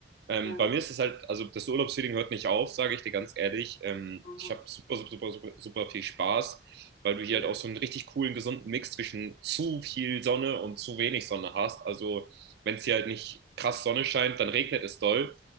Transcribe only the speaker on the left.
ja.
Wow.
Ja,
okay.